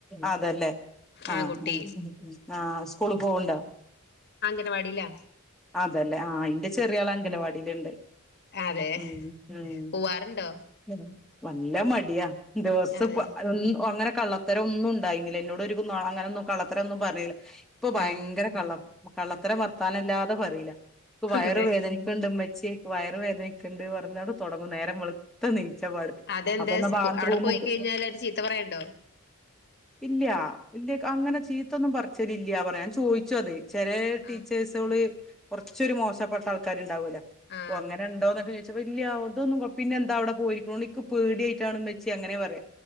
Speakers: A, in the centre; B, on the left (about 55°).
A: അതല്ലേ. ആഹ്
B: ആൺകുട്ടി
A: ഉം ആഹ് സ്കൂള് പോവണ്ടോ?
B: പരിപാടില്ല.
A: അതല്ലേ ആ അന്റെ ചെറിയാള് അംഗലവാടിലുണ്ട്.
B: അതെ
A: ഉം ഉം
B: പോവാറുണ്ടോ
A: <inaudible> നല്ല മടിയാ ദിവസം
B: അതെ
A: ഇപ്പൊ അങ്ങനെ കള്ള ത്തരം ഒന്നും ഉണ്ടായിരുന്നില്ല എന്നോട് ഒരു അങ്ങനെന്നും കളത്തരന്നും പറയില്ല ഇപ്പൊ ഭയങ്കര
B: ആ
A: കള്ളം കള്ളത്തര വർത്താനല്ലാതെ പറിയില്ല ഇപ്പ വയറ്
B: അതെ
A: വേദനിക്കാണുണ്ട് ഉമ്മച്ചി വയ വേദനക്കിണ്ട് പറഞ്ഞ് തുടങ്ങും നേരം വെളുത്ത <unintelligible>
B: അതെന്താ
A: അപ്പൊന്ന
B: സ്കൂ
A: ബാത്റൂമുണ്ട്
B: അവിടെ പോയി കഴിഞ്ഞാൽ അവര് ചീത്ത പറയണ്ടോ
A: ഇല്ല ഇല്ല അങ്ങനെ ചീത്തൊന്നും പറിച്ചല് ഇല്ല പറയാൻ ചോദിച്ചോ അത് ചെല ടീച്ചേഴ്സുകള്
B: ആ
A: കുറച്ചൊരു മോശപ്പെട്ട ആൾക്കാരുണ്ടാവൂല്ലേ?
B: ആ
A: അപ്പ അങ്ങനെ ഉണ്ടോന്നൊക്കെ ചോദിച്ച വലിയ അതൊന്നും പിന്നെന്താ അവിടെ പോയിരിക്കണ എനിക്ക് പേടിയായിട്ടാണ് ഉമ്മച്ചി അങ്ങനെ പറയാ.